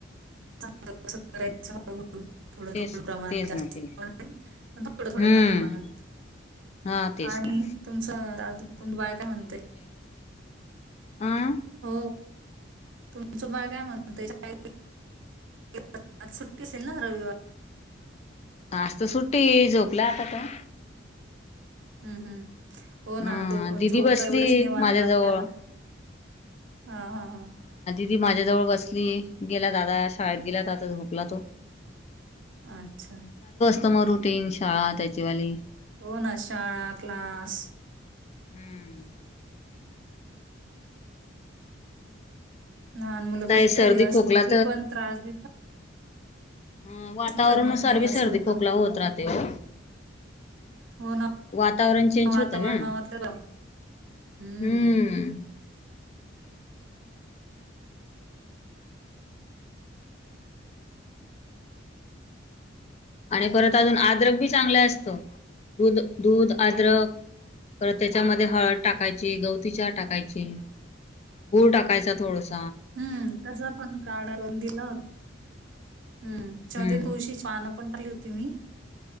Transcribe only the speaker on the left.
तेच
तेच
ना ते
हम्म
हा तेच
ना
हम,
आज तर सुट्टी झोपला आता तो
हा
दिदी
बसली
माझ्या जवळ
ती माझ्याजवळ बसली गेला दादा शाळेत गेला दादा झोपला आता तो
तर म रुटीन शाळा त्याचीवाली
हम्म
आता हे
सर्दी
खोकला
हा वातावरणानुसार
बी
सर्दी
खोखला होत राहतय हो
वातावरण चेंज
होतं ना
हम्म आणि परत अजून आद्रक बी चांगलं असतं दूध दूध आद्रक परत त्याच्यामध्ये हळद टाकायची गवती चहा टाकायची गूळ टाकायचा थोडस
हम्म